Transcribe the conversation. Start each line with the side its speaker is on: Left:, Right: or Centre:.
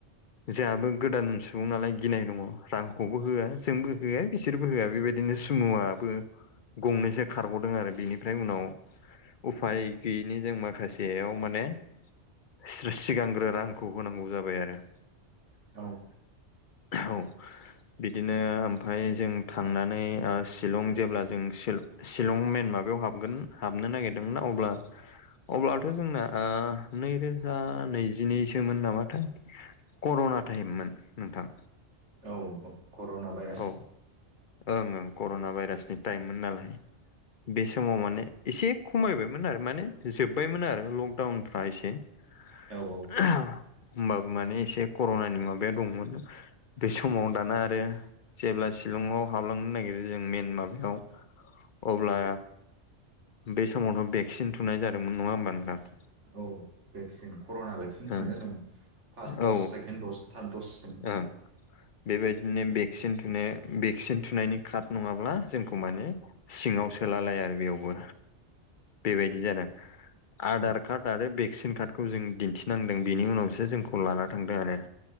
Left: जोंहाबो गोदान सुबुं नालाय गिनाय दङ रांखौबो होआ जोंबो होआ बिसोरबो होआ बेबायदिनो सुमुआबो गंनैसो खारग'दों आरो बेनिफ्राय उनाव उफाय गैयिनि जों माखासेयाव माने सि सिगांग्रो रांखौ होनांगौ जाबाय आरो
Right: औ
Left: औ बिदिनो ओमफाय जों थांनानै शिलं जेब्ला जों शिलं मइेन माबायाव हाबगोन हाबनो नागिरदोंमोना अब्ला अब्लाथ' जोंना नैरोजा नैजिनैसोमोन नामाथाय कर'ना टाइममोन नोंथां
Right: औ औ कर'ना भाइरास
Left: औ ओं ओं कर'ना भाइरासनि टाइममोन नालाय बे समाव माने एसे खमायबायमोन आरो माने जोब्बायमोन आरो लकडाउनफ्रा एसे
Right: औ औ
Left: <inaudible> होमबाबो माने एसे कर'नानि माबायाव दंमोन बे समाव दाना आरो जेब्ला शिलङाव हाबलांनो नागिरो जों मेन माबायाव अब्ला बे समावथ' भेक्सिन थुनाय जादोंमोन नङा होमबा नोंथां
Right: औ भेक्सिन कर'ना भेक्सिन थुनाय
Left: ओं
Right: जादोंमोन फार्स्ट दस
Left: औ
Right: सेकेन्ड दस थार्ड दससिम
Left: ओं बेबायदिनो भेक्सिन थुनाय भेक्सिन थुनायनि कार्ड नङाब्ला जोंखौ माने सिङाव सोलालाय आरो बेयावबो बेबायदि जादों आधार
Right: औ
Left: कार्ड आरो भेक्सिन कार्डखौ जों दिन्थिनांदों बेनि उनावसो जोंखौ लाना थांदों आरो